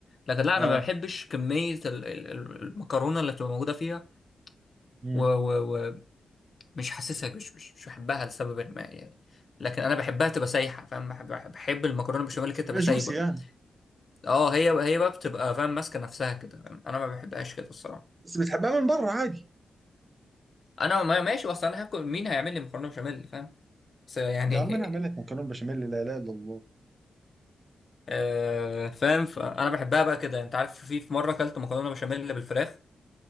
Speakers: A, on the left; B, on the right.
A: لكن لا انا
B: اه
A: ما بحبش كميه ال- ال- ال- المكرونه اللي بتبقى موجوده فيها
B: مم.
A: ومش و... و- ومش حاسسها مش مش مش بحبها لسبب ما يعني لكن انا بحبها تبقى سايحه فاهم بحب, بحب المكرونه بالبشاميل
B: بتحبها
A: كده تبقى
B: جوسي
A: سايبه
B: يعني
A: اه هي هي بقى بتبقى فاهم ماسكه نفسها كده فاهم؟ انا ما بحبهاش كده الصراحه
B: بس بتحبها من بره عادي
A: انا ما ماشي بس انا هاكل مين هيعمل لي مكرونه بشاميل فاهم بس يعني
B: ده عم انا اعمل لك
A: <laughs>
B: مكرونه بشاميل لا اله الا الله
A: آه فاهم فانا بحبها بقى كده انت عارف في في مره اكلت مكرونه بشاميل بالفراخ